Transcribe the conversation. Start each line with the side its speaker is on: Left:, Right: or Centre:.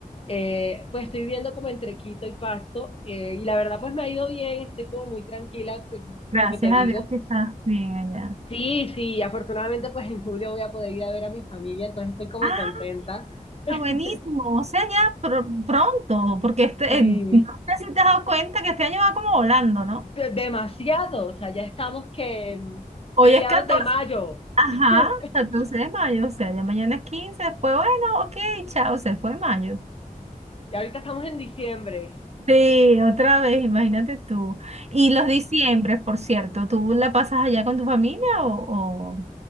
Left: eh, pues estoy viviendo como entre Quito y Pasto, eh, y la verdad pues me ha ido bien, estoy como muy tranquila, que-
Right: Gracias
Left: lo que te
Right: a
Left: digo.
Right: Dios que estás bien allá.
Left: Sí, sí, afortunadamente pues en julio voy a poder ir a ver a mi familia, entonces estoy como
Right: Ah,
Left: contenta.
Right: está
Left: <laughs>
Right: buenísimo, o sea, ya pr- pronto, porque este,
Left: Sí,
Right: eh, no sé si te has dado cuenta que este año va como volando, ¿no?
Left: de- demasiado, o sea, ya estamos que en
Right: Hoy
Left: mediados
Right: es 14.
Left: de mayo,
Right: Ajá,
Left: <laughs>
Right: 14 de mayo, o sea, ya mañana es 15 después, bueno, ok, chao, se fue mayo.
Left: y ahorita estamos en diciembre.
Right: Sí, otra vez, imagínate tú. Y los diciembres, por cierto, ¿tú la pasas allá con tu familia o, o,